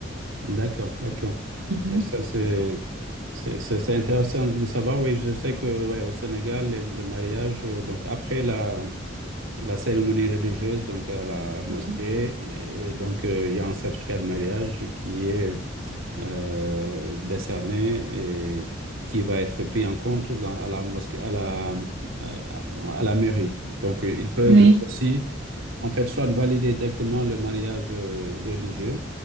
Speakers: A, on the right; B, on the right.
A: D'accord, d'accord.
B: Mhm.
A: Et ça, c'est c'est- c'est- c'est intéressant de savoir. Oui, je sais que ouais, au Sénégal, le, le mariage, euh, donc après la, la cérémonie religieuse, donc à la mosquée,
B: Mhm.
A: et et donc euh, il y a un certificat de mariage qui est euh, décerné et qui va être pris en compte dans- à la mosquée, à la, à, à la mairie. Donc, euh, ils peuvent
B: Oui,
A: aussi, en fait, soit valider directement le mariage euh, religieux